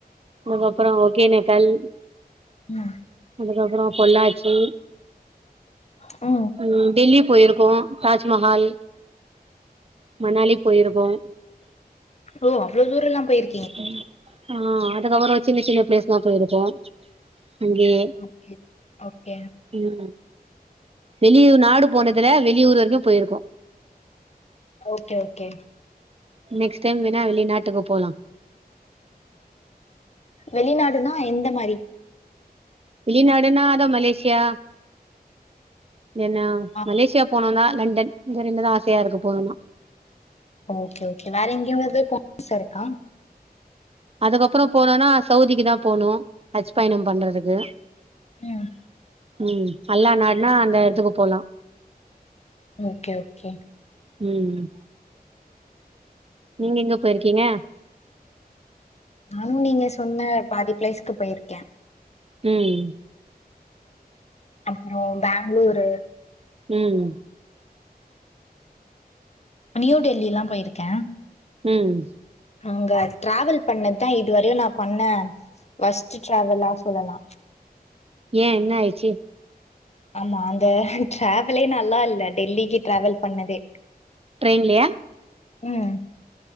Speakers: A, on the right; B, on the left.
A: அதுக்கப்பற ஒகேனக்கல்
B: ம்
A: அதுக்கப்பறோ பொள்ளாச்சி
B: ஆ
A: ம் டெல்லி போயிருக்கோ தாஜ்மஹால் மணாலி போயிருப்போம்
B: ஓ அவ்ளோ தூரம்லா போயிருக்
A: ம் ஆ அதுக்கப்பறோ சின்ன சின்ன பிளேஸ் தா போயிருக்கோ இங்கே
B: அப்டி ஓகே
A: உ வெளியு நாடு போனதுல வெளியூர் வரைக்கு பெயிருக்கோ
B: ஓகே ஓகே
A: நெக்ஸ்ட் டைம் வேணா வெளிநாட்டுக்கு போலா
B: வெளிநாடுனா எந்த மாரி
A: வெளிநாடுனா அதா மலேஷியா என்னா
B: ஆ
A: மலேஷியாப் போனோ னா லண்டன் இது ரெண்டு தா ஆசையா இருக்கு போனு தா
B: ஓகே ஓகே வேற எங்கயாவது போ ஆச இருக்கா
A: அதுக்கப்பரோ போனோம்னா சவுதிக்கு தா போணு ஹஜ் பயணம் பண்றதுக்கு
B: ம்
A: ம் அல்லா நாடுனா அந்த எடத்துக்கு போலா
B: ஓகே ஓகே
A: ம் நீங்க எங்க போயிருக்கீங்க
B: நானு நீங்க சொன்ன பாதி பிளேஸ்க்கு போயிருக்கே
A: ம்
B: அப்ரோ பெங்களூரு
A: ம்
B: நியூ டெல்லி லா போயிருக்கே
A: ம்
B: அங்க ட்டிராவல் பண்ணதுதா இதுவரையு நா பண்ண வொர்ஸ்ட் ட்ராவல்லா சொல்லலா
A: ஏ என்ன ஆயிடுச்சி
B: ஆமா அந்த டிராவல்ல நல்லா இல்ல டெல்லிக்கு டிராவல் பண்ணதே
A: ட்ரெயின்லயா
B: ம்